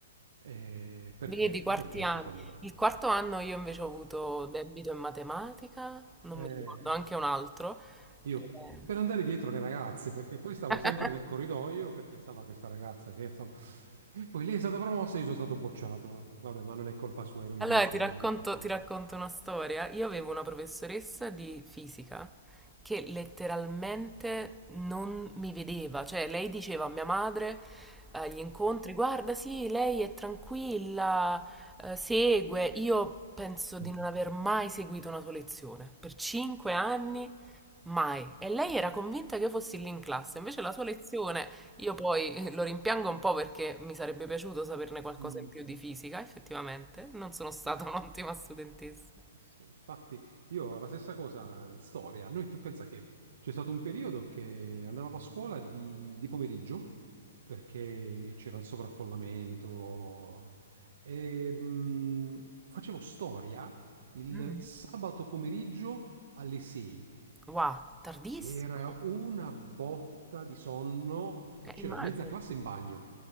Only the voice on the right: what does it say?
Eh, perché?
Ma perché
secondo te?
Eh,
io
per andare dietro alle ragazze, perché poi stavo
sempre nel corridoio, perché stava questa ragazza che, insomma... E poi lei è stata promossa e io sono stato bocciato. Vabbè, ma non è colpa sua, ero io
che non studiavo,
in realtà.
<laughs>
Mm.
Eh Sì, infatti io ho la stessa cosa in storia. Noi tu pensa che c'è stato un periodo che andavamo a scuola di, di pomeriggio perché c'era il sovraffollamento e mh, facevo storia il
sabato pomeriggio alle 6.
Era una botta di sonno, e
c'era
mezza classe in bagno.